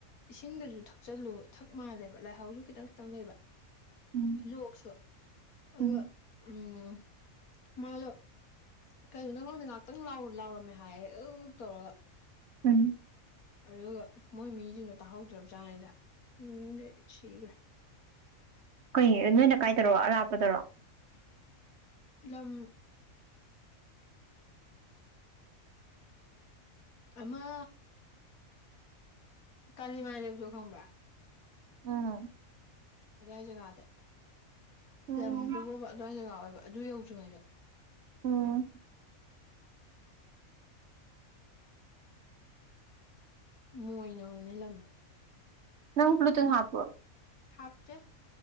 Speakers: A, on the left; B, on the right.
A: ꯏꯁꯤꯡꯒꯁꯨ ꯊꯛꯆꯜꯂꯨ ꯊꯛ ꯃꯥꯜꯂꯦꯕ ꯂꯥꯏꯍꯧꯖꯨ ꯈꯤꯇꯪ ꯈꯤꯇꯪ ꯂꯩꯕ
B: ꯎꯝ
A: ꯂꯣꯛꯁꯨ ꯑꯗꯨꯒꯥ
B: ꯎꯝ
A: ꯎꯪ ꯃꯥꯗꯣ ꯀꯩꯒꯤꯅꯣ ꯈꯪꯗꯦ ꯉꯥꯛꯇꯪ ꯂꯥꯎꯔꯝꯃꯦ ꯍꯥꯏꯌꯦ ꯑꯛ- ꯑꯛ ꯇꯧꯔꯒ
B: ꯎꯝ
A: ꯑꯗꯨꯒꯥ ꯃꯣꯏ ꯃꯤꯖꯤꯡꯗꯣ ꯇꯥꯍꯧꯗ꯭ꯔꯕꯖꯥꯠꯅꯤꯗ ꯎꯝ ꯑꯗꯩ ꯁꯤꯒꯔꯦ
B: ꯀꯩꯅꯦꯒꯦ ꯅꯣꯏ ꯂꯩꯀꯏꯗꯔꯣ ꯑꯔꯥꯞꯄꯗꯔꯣ
A: ꯂꯝ ꯑꯥꯃ ꯀꯥꯂꯤꯃꯥꯏ ꯂꯩꯕꯗꯣ ꯈꯪꯕ꯭ꯔꯥ
B: ꯎꯪ
A: ꯑ꯭ꯗꯨꯋꯥꯢꯏ ꯖꯒꯥꯗ
B: ꯎꯝ
A: ꯂꯝꯗꯨꯕꯨꯕ ꯑꯗꯨꯋꯥꯏ ꯖꯒꯥ ꯑꯣꯏꯕ ꯑꯗꯨ ꯌꯧꯗ꯭ꯔꯤꯉꯩꯗ
B: ꯎꯪ
A: ꯃꯣꯌꯅ ꯍꯧꯕꯅꯦ ꯂꯝꯗꯣ
B: ꯅꯪ ꯕ꯭ꯂꯨ ꯇꯨꯠ ꯍꯥꯞꯄ꯭ꯔꯣ
A: ꯍꯥꯞ ꯇꯦ